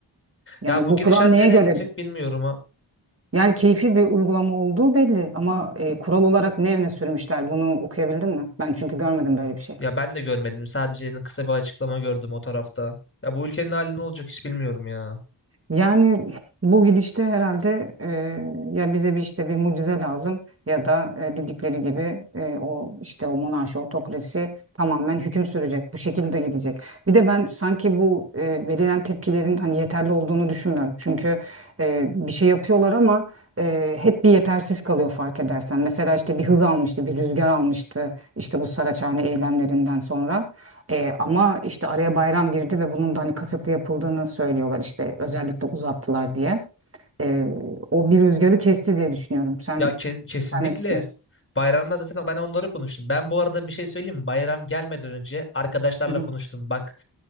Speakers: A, on the right; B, on the left.
A: Yani
B: Ya bu
A: bu
B: gidişat
A: kural neye
B: nereye
A: göre?
B: gidecek bilmiyorum ha.
A: Yani keyfi bir uygulama olduğu belli ama e, kural olarak ne öne sürmüşler? Bunu okuyabildin mi? Ben çünkü görmedim böyle bir şey.
B: Ya ben de görmedim. Sadece kısa bir açıklama gördüm o tarafta. Ya bu ülkenin hali ne olacak hiç bilmiyorum ya.
A: Yani bu gidişte herhalde e, ya bize bir işte bir mucize lazım ya da e, dedikleri gibi e, o işte o monarşi, otokrasi tamamen hüküm sürecek. Bu şekilde gidecek. Bir de ben sanki bu e, verilen tepkilerin hani yeterli olduğunu düşünmüyorum. Çünkü e, bir şey yapıyorlar ama e, hep bir yetersiz kalıyor fark edersen. Mesela işte bir hız almıştı, bir rüzgar almıştı işte bu Saraçhane eylemlerinden sonra. E, ama işte araya bayram girdi ve bunun da hani kasıtlı yapıldığını söylüyorlar işte özellikle uzattılar diye. E, o bir rüzgarı kesti diye düşünüyorum. Sen,
B: Ya ke- kesinlikle.
A: sen ne düşünüyorsun?
B: Bayramda zaten ben onları konuştum. Ben bu arada bir şey söyleyeyim mi? Bayram gelmeden önce arkadaşlarla
A: Hı hı.
B: konuştum. Bak